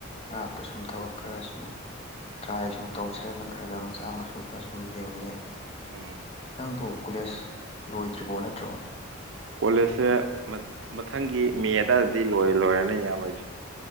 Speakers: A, on the left (about 30°); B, on the right (about 60°).
A: ꯑꯔꯥꯛꯞꯄ ꯁꯨꯝ ꯊꯕꯛ ꯈꯔ ꯁꯨꯝ ꯇ꯭ꯔꯥꯏ ꯁꯨꯝ ꯇꯧꯁꯤꯔꯅ ꯈꯔ ꯈꯔ ꯃꯆꯥ ꯃꯁꯨ ꯈꯔ ꯁꯨꯝ ꯌꯦꯡꯉꯑꯦ
B: ꯎꯝ
A: ꯅꯪꯕꯨ ꯀꯣꯂꯦꯖ ꯂꯣꯏꯗ꯭ꯔꯤꯕꯣ ꯅꯠꯇ꯭ꯔꯣ
B: ꯀꯣꯂꯦꯖꯁꯦ ꯃꯊꯪꯒꯤ ꯃꯦ ꯑꯗꯨꯋꯥꯏꯗꯗꯤ ꯂꯣꯏꯔ ꯂꯣꯏꯔꯅꯤ ꯌꯥꯝꯃꯣꯏꯁꯨ